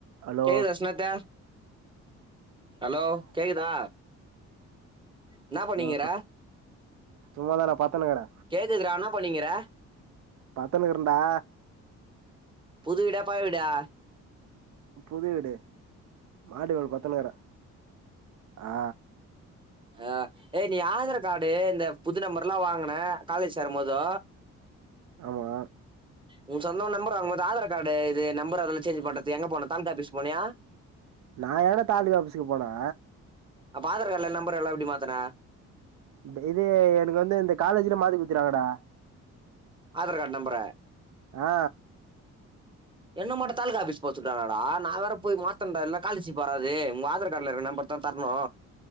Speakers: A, on the right; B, on the right.
A: hello
B: ஏ ரஸ்னா தா hello கேக்குதா ன்னா பண்ணினுக்குற
A: ஹலோ சும்மாதா நா பத்தனுக்குறே
B: கேக்குதுரா என்னா பண்ணின்கீர
A: பட்த்துனுக்கீறேன்டா
B: புதுவீடா பழைய வீடா
A: புது வீடு மாடி மேல பட்த்துனுக்கீறே ஆ
B: அ ஏய் நீ ஆதார் கார்டு இந்த புது நம்பருல்லா வாங்குன காலேஜ் சேரும் போது
A: ஆமா
B: உங்க சொந்த ஊர் நம்பர் அவுங்க ஆதார் கார்டு இது நம்பரு அதல்லா சேஞ் பண்றதுக் எங்க போன தாலுகா ஆஃபீஸ் போனியா
A: நா ஏன்டா தாலுகா ஆஃபிஸ்க்கு போனே
B: அப்ப ஆதார் கார்டுல நம்பர்லா எப்டி மாத்துன
A: த இது எனக்கு வந்து இந்த காலேஜ்ல மாத்தி குட்த்துறாங்கடா
B: ஆதார் கார்டு நம்பர
A: ஆ
B: என்ன மட்டு தாலுகா ஆஃபீஸ் போகச் சொல்ட்டாங்களேடா அ நா வேற போய் மாத்தணுன்டா இல்லன்னா காலர்ஷிப் வராது உங்க ஆதார் காட்ல இருக்குற நம்பர் தா தரனு